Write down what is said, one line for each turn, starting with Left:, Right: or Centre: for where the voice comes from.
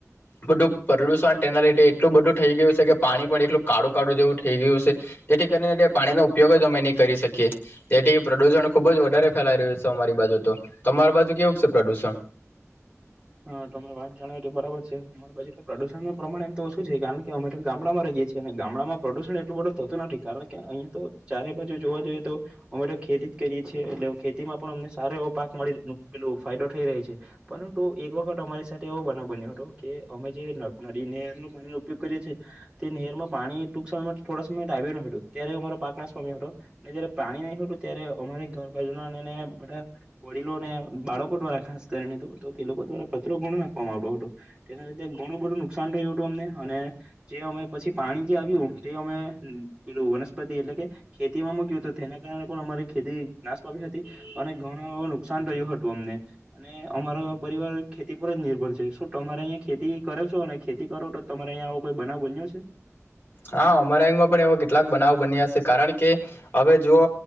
Left: બધું પ્રદુષણ તેના લીધે એટલું બધું થઈ ગયું છે, કે પાણી પણ એટલું કાળું કાળું જેવું. થઈ ગયું છે તેથી કરીને <unintelligible> ઉપયોગ જ અમે નહી કરી શકીએ તેથી પ્રદૂષણ ખુબ જ વધારે ફેલાઈ રહ્યું છે, અમારી બાજુ તો તમાર બાજુ કેવું છે, પ્રદુષણ
Right: હા તમે વાત જાણાવ બરાબર છે, અમારી બાજુ તો પ્રદુષણ ન પ્રમાણ એમ તો ઓછું છે કારણ કે અમેટો ગામડામાં રહીએ છીએ અને ગામડામાં પ્રદુષણ એટલું બધું થતું નથી કારણ કે <unintelligible> તો ચારે બાજુ જોવા જઈએ તો અમેટો ખેતી જ કરીએ છીએ એટલે ખેતીમાં પણ અમને સારો એવો પાક મળી <unintelligible> ફાયદો થઈ <unintelligible> છે, પણ એક વખત અમારી સાથે એવો બનાવ બન્યો હતો કે અમે જે નદી નહેર ન પાણી ન ઉપયોગ કરીએ છીએ તે નહેરમાં પાણી ટૂંક સમય માટે થોડા સમય આવ્યું ન હતું ત્યારે અમારો પાક નાશવામ્યો હતો ને જયારે પાણી નહી હતું ત્યારે અમારે ઘર બાજુ ના બધા વડીલોને બાળકો દ્વારા ખાસ કરીને. તો તે લોકો દ્વારા ખતરો ઘણો નાખવામાં આવતો હતો તેના લીધે ઘણું બધું નુકસાન રહ્યું હતું અમને અને જે અમે પછી પાણી જે આવ્યું તે અમેલું વનસ્પતિ એટલે કે ખેતીમાં મૂક્યું હતું તેના કારણે પણ અમારી ખેતી નાશ પામી હતી અને ઘણ નુકસાન રહ્યું હતું અમને અને અમારા પરિવાર ખેતી પર જ નિર્ભર છે, શું તમારે અહીિયાંયા ખેતી કરો છો અને ખેતી કરો તો તમારે અહીંયા આવો કોઈ બનાવ બન્યો છે.
Left: હા અમરાંગમાં પણ એવો કેટલાક બનાવ બન્યા છે, કારણ કે હવે જુઓ